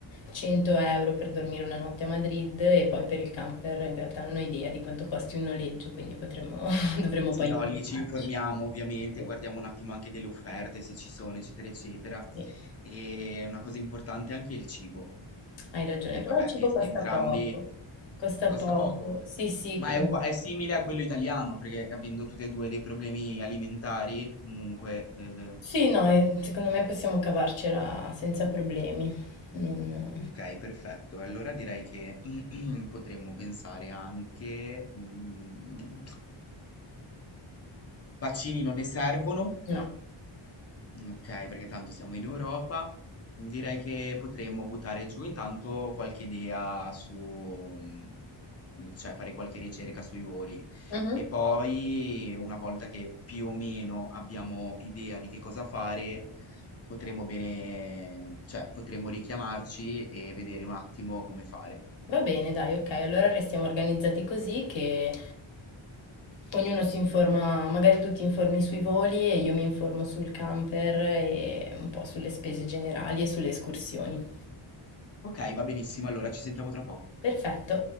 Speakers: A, on the left; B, on the left.
A: 100 euro per dormire una notte a Madrid e poi per il camper in realtà non ho idea di quanto costi un noleggio, quindi potremmo, <laughs> dovremmo
B: Sì,
A: poi
B: no,
A: informarci.
B: lì ci informiamo ovviamente,
A: Sì,
B: guardiamo un attimo anche delle offerte, se ci sono, eccetera, eccetera.
A: sì,
B: E una cosa importante è anche il cibo,
A: hai ragione,
B: che
A: però
B: vabbè,
A: il cibo
B: e-
A: costa
B: entrambi
A: poco, costa
B: costa
A: poco.
B: poco,
A: Sì, sì,
B: ma
A: mm.
B: è, ugua- è simile a quello italiano, perché avendo tutti e due dei problemi alimentari, comunque... eh,
A: sì, no, e secondo me possiamo cavarcela senza problemi. Non-
B: Ok, perfetto. Allora direi che <clears throat> potremmo pensare anche... mm, vaccini non ne servono.
A: No.
B: Ok, perché tanto siamo in Europa. mhmm, Direi che potremmo buttare giù intanto qualche idea su, mm, cioè fare qualche ricerca sui voli.
A: Mhm.
B: E poi, una volta che più o meno abbiamo idea di che cosa fare, potremmo bene, cioè potremmo richiamarci e vedere un attimo come fare.
A: Va bene, dai, ok, allora restiamo organizzati così che ognuno si informa, magari tu ti informi sui voli e io mi informo sul camper e un po' sulle spese generali e sulle escursioni.
B: Ok, va benissimo, allora ci sentiamo tra poco.
A: Perfetto.